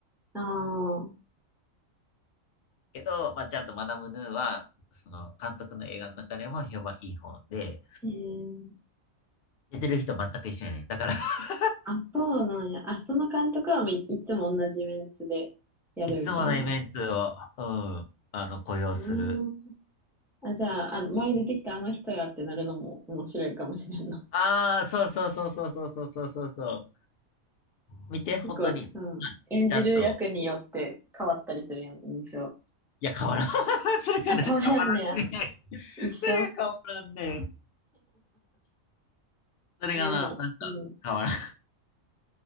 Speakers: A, in the centre; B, on the left.
A: ああ、
B: けど、まあ、ちゃんとマダムヌーは、その、監督の映画の中でも評判いい方で、
A: へえ。
B: 出てる人全く一緒やね。だから <laughs>
A: あ、そうなんや。あ、その監督はもうい、いつも同じメンツでやるみたいな。
B: いつものイメンツを、うん、あの、雇用する。
A: うーん。あ、じゃあ、あの、前出てきたあの人やってなるのも面白いかもしれんな。
B: ああ、そうそうそうそうそうそうそうそうそう。見て、
A: <laughs>
B: 本当に。
A: 結構、
B: はい
A: うん。演じる役によって変わったりするやん、
B: ちゃんと。
A: 印象。
B: いや、変わらん。<laughs> それがな、
A: あ、変わらんねや。
B: 変わらんね。
A: 一緒
B: それが変わらんね。それがな、
A: いや、でも、
B: なんか、
A: うん。
B: 変わらん。